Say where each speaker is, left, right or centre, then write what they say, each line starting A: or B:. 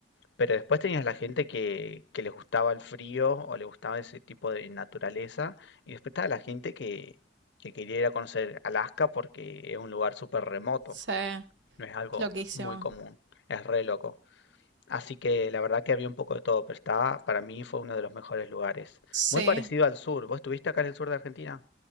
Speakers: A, on the left; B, on the right.
A: Pero después tenías la gente que, que les gustaba el frío o le gustaba ese tipo de naturaleza. Y después estaba la gente que, que quería ir a conocer Alaska porque es un lugar súper remoto.
B: sí,
A: No es algo
B: loquísimo.
A: muy común. Es re loco. Así que la verdad que había un poco de todo, pero estaba, para mí fue uno de los mejores lugares.
B: Sí.
A: Muy parecido al sur. ¿Vos estuviste acá en el sur de Argentina?